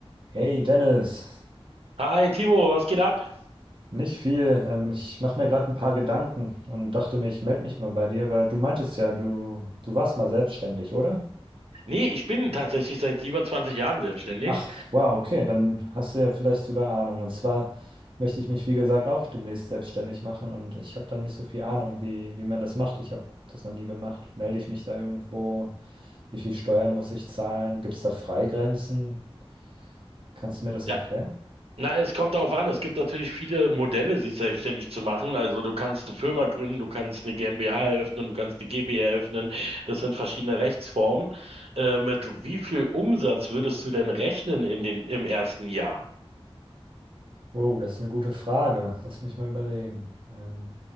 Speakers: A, on the right; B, on the right.
A: Hey Dennis,
B: Hi Timo, was geht ab?
A: nicht viel. Ähm, ich mache mir gerade ein paar Gedanken und dachte mir, ich melde mich mal bei dir, weil du meintest ja, du, du warst mal selbstständig, oder?
B: Nee, ich bin tatsächlich seit über 20 Jahren selbstständig.
A: Ach, wow, okay, dann hast du ja vielleicht sogar Ahnung. Und zwar möchte ich mich, wie gesagt, auch demnächst selbstständig machen und ich habe da nicht so viel Ahnung, wie, wie man das macht. Ich habe das noch nie gemacht. Melde ich mich da irgendwo? Wie viel Steuern muss ich zahlen? Gibt es da Freigrenzen? Kannst du mir das
B: Ja,
A: erklären?
B: na, es kommt darauf an. Es gibt natürlich viele Modelle, sich selbstständig zu machen. Also du kannst eine Firma gründen, du kannst eine GmbH eröffnen, du kannst eine GbR eröffnen. Das sind verschiedene Rechtsformen. Äh, mit wie viel Umsatz würdest du denn rechnen in den, im ersten Jahr?
A: Wow, das ist eine gute Frage. Lass mich mal überlegen. Ähm,